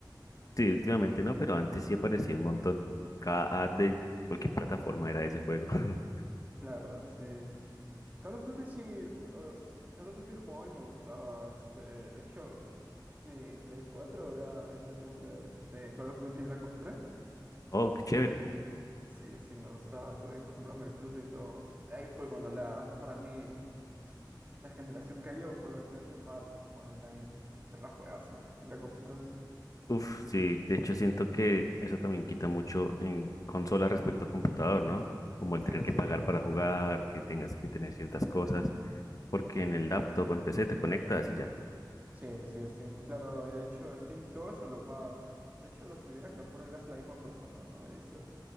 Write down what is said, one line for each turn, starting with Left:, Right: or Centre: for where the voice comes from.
Left: Sí, últimamente no, pero antes sí aparecía un montón. Cada ad de cualquier plataforma era ese juego. <laughs>
Right: La verdad, sí. Call of Duty sí, los- Call of Duty jugaba y me gustaba. Este, de hecho, mi Play 4 era, es el bundle de Call of Duty Black Ops tres.
Left: Oh, qué chévere.
Right: Sí, sí, me gustaba. Tuve que comprarme el Plus y todo. Ahí fue cuando la, para mí, la generación cayó por lo de tener que pagar para jugar online. Pero la juegazo, el Black Ops tres.
Left: Uf, sí, de hecho siento que eso también quita mucho en consola respecto a computador, ¿no? Como el
Right: Sí,
Left: tener que
Right: sí,
Left: pagar
Right: en
Left: para
Right: Steam.
Left: jugar, que tengas que tener ciertas cosas, porque en el laptop o en PC te conectas y ya.
Right: Sí, sí, Steam. Claro, y de hecho, Steam, todo eso lo paga. De hecho, los servidores los pone casi la misma persona, ¿no? He visto.